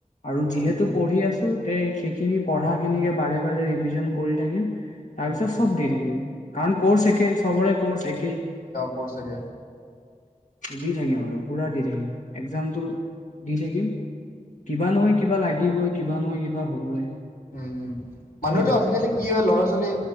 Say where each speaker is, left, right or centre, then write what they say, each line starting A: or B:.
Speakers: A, on the left (about 60°); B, on the left (about 85°).
A: আৰু যিহেতু
B: উম উম
A: পঢ়ি আছোঁ তে সেইখিনি পঢ়াখিনিকে বাৰে বাৰে ৰিভিজন কৰি থাকিম তাৰপিছত
B: উম উম
A: সব দি থাকম কাৰণ কৌচ একে চবৰে কৰ্চ একেই
B: হয় চাগে
A: দি থাকিম আৰু পুৰা দি থাকিম। একজামটো দি থাকিম, কিবা নহয় কিবা লাগিবই কিবা নহয় কিবা হ'বই।
B: উম।
A: সেইয়াই
B: মানুহেতো
A: আৰু
B: আজিকালি কি হয় ল'ৰা ছোৱালী